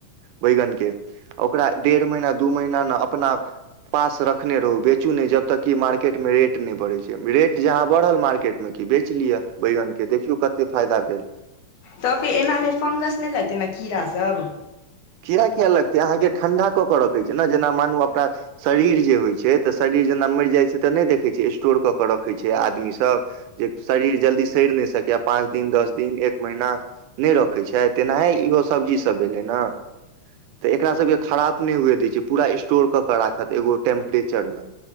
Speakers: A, on the right (about 80°); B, on the left (about 75°).
A: बैगन के ओकरा डेढ़ महिना दु महीना न अपना पास रखने रहु बेचु नै जब तक की मार्केट में रेट नै बढ़ै छै रेट जहाँ बढ़ल मार्केट में कि बेच लिअ बैगन के देखियो कते फायदा भेल
B: तऽ फेर ऐनामें फौंगस नै लागते ने कीड़ा सब
A: कीड़ा किया लगतै अहाँके ठण्डा कऽ कऽ रखै छै ना जेना मानू अपना शरीर जे होइ छै तऽ शरीर जेना मैर जाय छै तऽ नै देखै छै स्टोर कऽ कऽ रखै छै आदमी सब जे शरीर जल्दी सैर नै सकै पाँच दिन दस दिन एक महीना नै रखै छै तेनाय इहो सब्जी सभ भेलै ना तऽ एकरा सभके खराप नै हुए दै छै पूरा स्टोर कऽ कऽ राखत एगो टेम्प्रेचर में